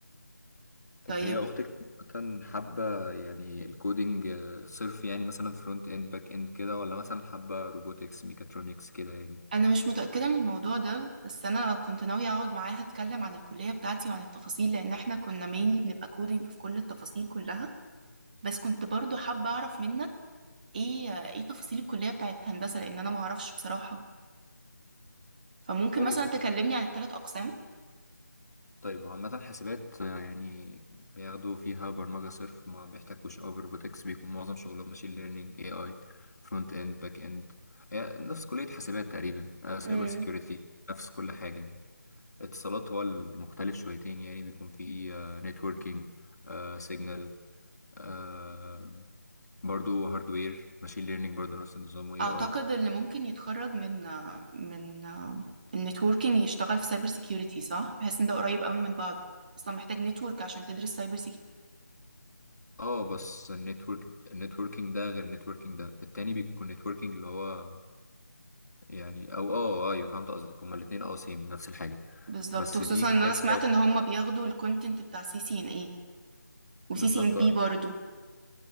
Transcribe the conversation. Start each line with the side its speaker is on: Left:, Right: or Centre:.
Left: طب
Right: طيب
Left: هي أختك مثلا حابة يعني الكودينج آه، صرف يعني مثلا فرونت إند باك إند كده ولا مثلا حابة روبوتكس ميكاترونكس كده يعني
Right: انا مش متاكده من الموضوع ده بس انا كنت ناويه اقعد معاها اتكلم عن الكليه بتاعتي وعن التفاصيل لان احنا كنا مينلي بنبقى كودينج في كل التفاصيل كلها بس كنت برضو حابه اعرف منك ايه ايه تفاصيل الكليه بتاعت هندسه لان انا ما اعرفش بصراحه فممكن
Left: طيب
Right: مثلا تكلمني عن الثلاث اقسام
Left: طيب هو عامة حاسبات آه، يعني بياخدوا فيها برمجة صرف ما بيحتكوش أوي بروبوتكس بيكون معظم شغلهم ماشين ليرنينج اي اي فرونت اند باك اند يعني نفس كلية حاسبات تقريبا آه، سايبر
Right: امم
Left: سيكيورتي نفس كل حاجة يعني اتصالات هو المختلف شويتين يعني بيكون فيه آه، نتوركينج آه، سيجنال آه، برضو هاردوير ماشين ليرنينج برضو نفس النظام واي
Right: اعتقد
Left: اي
Right: اللي ممكن يتخرج من من النتوركينج يشتغل في سايبر سيكيورتي صح بحيث ان ده قريب قوي من بعضه اصلا محتاج نتورك عشان تدرس سايبر
Left: اه بس النتورك النتوركينج ده غير النتوركينج ده التاني بيكون نتوركينج اللي هو يعني او اه ايوه فهمت قصدك هما الاثنين اه سيم نفس الحاجه
Right: بالظبط
Left: بس
Right: وخصوصا
Left: دي في
Right: ان
Left: حته
Right: انا سمعت
Left: و-
Right: ان هم بياخدوا الكونتنت بتاع سي سي ان اي وسي
Left: بالظبط
Right: سي ان بي
Left: آه.
Right: برضو